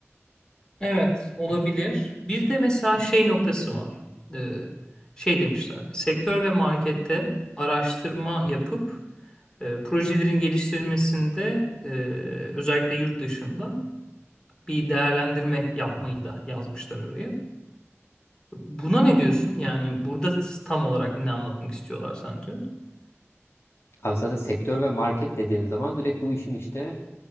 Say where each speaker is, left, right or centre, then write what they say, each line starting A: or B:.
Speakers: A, on the left; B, on the left.
A: Evet, olabilir. Bir de mesela şey noktası var. Ee, şey demişler. Sektör ve markette araştırma yapıp e, projelerin geliştirilmesinde e, özellikle yurt dışında bir değerlendirme yapmayı da yazmışlar oraya. Buna ne diyorsun? Yani burada tam olarak ne anlatmak istiyorlar sence?
B: Abi zaten sektör ve market dediğin zaman direkt bu işin işte